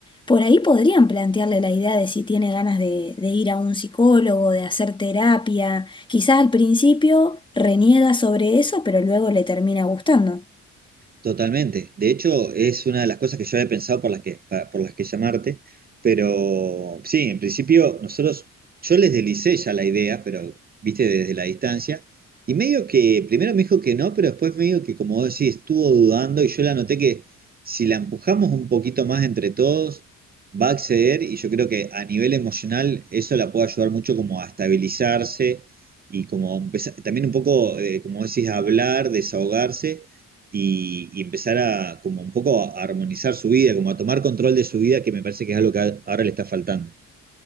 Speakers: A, on the left; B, on the right.
A: por ahí podrían plantearle la idea de si tiene ganas de, de ir a un psicólogo, de hacer terapia. Quizás al principio reniega sobre eso, pero luego le termina gustando.
B: Totalmente. De hecho, es una de las cosas que yo había pensado por las que, pa- por las que llamarte, pero sí, en principio nosotros, yo les deslicé ya la idea, pero viste desde la distancia, y medio que primero me dijo que no, pero después medio que como vos decís, estuvo dudando y yo la noté que si la empujamos un poquito más entre todos, va a acceder y yo creo que a nivel emocional eso la puede ayudar mucho como a estabilizarse y como empezar, también un poco, eh, como vos decís, a hablar, desahogarse y, y empezar a como un poco a armonizar su vida, como a tomar control de su vida, que me parece que es algo que a- ahora le está faltando.